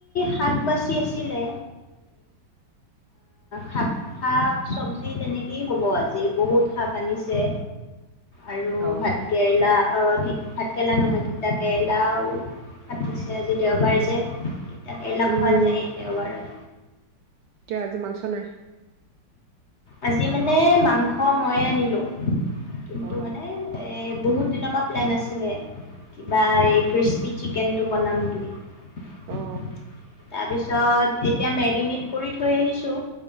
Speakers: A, on the left; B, on the right.
A: শাক বাচি আছিলে শাক শাক চবজি তেনেকেই হ'ব আজি বহুত শাক আনিছে আৰু
B: অ
A: ভাত কেৰেলা অ ধি ভাতকেৰেলা নহয় তিতা কেৰেলাও পাতিছে আজি দেওবাৰে <unintelligible> তিতা কেৰালা
B: উম
A: পোৱা যায় দেওবাৰত
B: কিয় আজি মাংস নাই
A: আজি মানে মাংস মইয়ে আনিলো। কিন্তু
B: অ
A: মানে এ বহুত দিনৰ পৰা প্লেন আছিলে কিবা এই ক্ৰিস্পি চিকেনটো বনাম বুলি তাৰপিছত
B: অ
A: এতিয়া মেৰিনেট কৰি থৈ আহিছোঁ